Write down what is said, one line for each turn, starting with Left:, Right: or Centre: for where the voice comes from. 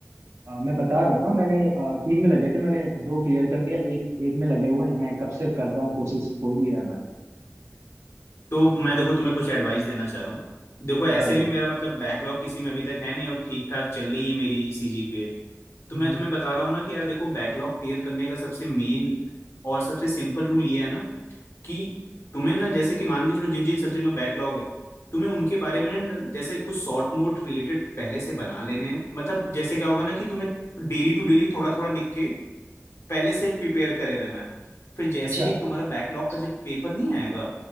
Right: आ, मैं बता रहा हूँ ना मैंने आ, तीन में लगे थे मैंने दो क्लियर कर दिया एक एक में लगे हुए हैं मैं कब से कर रहा हूँ कोशिश हो ही नहीं रहा है भाई
Left: तो मैं देखो तुम्हें कुछ एडवाइस देना चाह रहा हूँ देखो ऐसे
Right: बता दे भाई
Left: भी मेरा मतलब बैकलॉग किसी में अभी तक है नहीं और ठीक ठाक चल रही है मेरी सीजीपीए तो
Right: हम्म
Left: मैं तुम्हें बता रहा हूँ ना कि यार देखो बैकलॉग क्लियर करने का सबसे मेन और सबसे सिंपल रूल ये है ना कि तुम्हें ना जैसे कि मान के चलो जिन जिन सब्जेक्ट में बैकलॉग है तुम्हें उनके बारे में ना जैसे कुछ शॉर्ट नोट रिलेटेड पहले से बना लेने हैं मतलब जैसे क्या होगा ना कि तुम्हें डेली टू डेली थोड़ा थोड़ा लिख के पहले से प्रिपेयर करे रहना है फिर जैसे
Right: अच्छा
Left: ही तुम्हारा बैकलॉग का जब पेपर नहीं आएगा